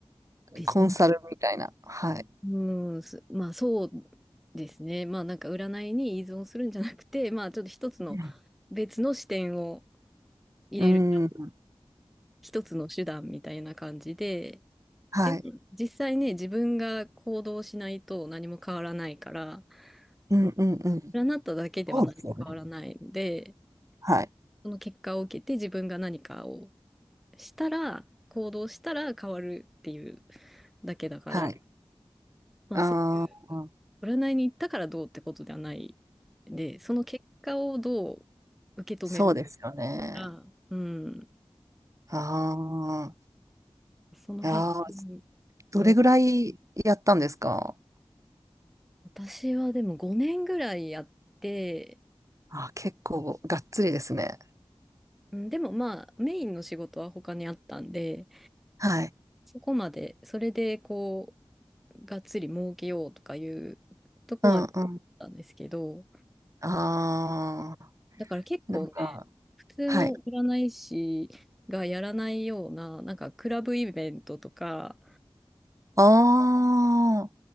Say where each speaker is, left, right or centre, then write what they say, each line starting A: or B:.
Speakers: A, in the centre; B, on the right (about 30°).
A: ジネス
B: コンサルみたいな。はい。
A: うん、すまあそうですね。まあなんか占いに依存するんじゃなくて、まあちょっと一つの
B: うん。
A: 別の視点を入れる
B: うん
A: 一つの手段みたいな感じで、
B: はい。
A: でも実際ね、自分が行動しないと何も変わらないから、その
B: うんうんうん。
A: 占っただけでは何も変わらないので、
B: そうですよね。はい。
A: その結果を受けて自分が何かをしたら、行動したら変わるっていうだけだから、
B: はい。
A: まあ、
B: ああ、
A: そ、占いに行ったからどうってことではないで、その結果をどう受け止める
B: そうですよね。
A: かが、うん、
B: ああ、
A: その辺
B: いやー、どれぐらいやったんですか
A: の、私はでも5年ぐらいやって、
B: あー、結構がっつりですね。
A: うんでもまあ、メインの仕事は他にあったんで、
B: はい。
A: そこまで、それでこう、がっつり儲けようとかいうとこまで
B: うんうん。
A: だったんですけど、
B: ああ、
A: だから結構ね、
B: なんか、
A: 普通の占い師がやらないような、
B: はい。
A: なんかクラブイベントとか、
B: ああ、